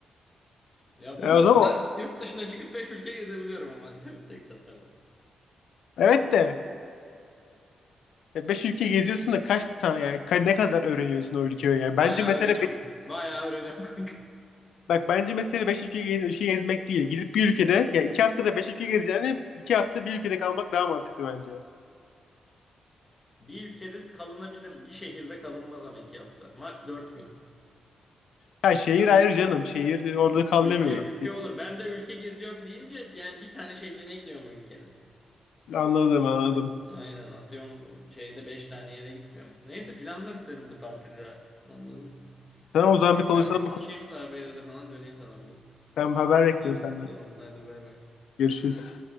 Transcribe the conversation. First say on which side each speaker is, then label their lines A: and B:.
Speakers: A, on the left (about 20°); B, on the left (about 80°).
A: Ya bu
B: E,
A: modda
B: o zaman
A: yurt dışına çıkıp 5 ülke gezebiliyorum ama atıyorum tek seferde.
B: evet de e, beş ülke geziyorsun da kaç tane yani ka- ne kadar öğreniyorsun o ülkeyi yani. Bence
A: Bayağı
B: mesele
A: öğreniyorum.
B: be-
A: Bayağı öğreniyorum <laughs> kanka.
B: bak bence mesele 5 ülke, gez- ülke gezmek değil. Gidip bir ülkede ya 2 haftada 5 ülke gezeceğine 2 hafta bir ülkede kalmak daha mantıklı bence.
A: Bir ülkede kalınabilir. Bir şehirde kalınmaz ama iki hafta. Max dört gün.
B: Ha şehir ayrı canım. Şehir orada kal
A: Ülke
B: demiyorum.
A: ülke olur. Ben de ülke geziyorum deyince yani bir tane şehrine gidiyorum o ülkenin.
B: Anladım anladım.
A: Aynen atıyorum şeyde beş tane yere gitmiyorum. Neyse planlarız senin bu tatilde. ya. Anladın?
B: Tamam o zaman bir konuşalım
A: Ben bir konuşayım
B: bu konuyu.
A: tabiyle de falan döneyim sana bugün.
B: Ben haber bekliyorum
A: Tamam.
B: senden.
A: Tamam. Hadi bay bay.
B: Görüşürüz.